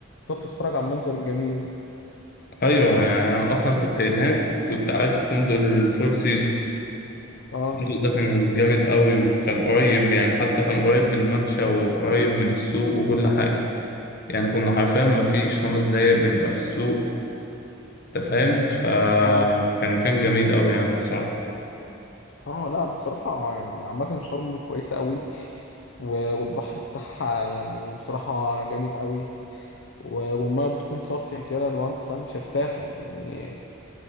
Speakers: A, on the left (about 65°); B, on the left (about 50°).
A: تقعد تتفرج على المنظر الجميل ده
B: أيوة يعني أنا أصلا كنت هناك كنت قاعد في فندق الفور سيزون
A: اه
B: الفندق ده كان جامد قوي وكان قريب يعني حتى كان قريب من الممشى وقريب من السوق وكل حاجة يعني كنا حرفيا مفيش خمس دقايق بنبقى في السوق انت فاهم فكان
A: اه
B: كان جميل قوي يعني بصراحة
A: اه لا بصراحة يعني عامة شرم كويسة قوي و- والبحر بتاعها يعني بصراحة جامد قوي و- والمية بتكون صافية كده لو انت فاهم شفافة يعني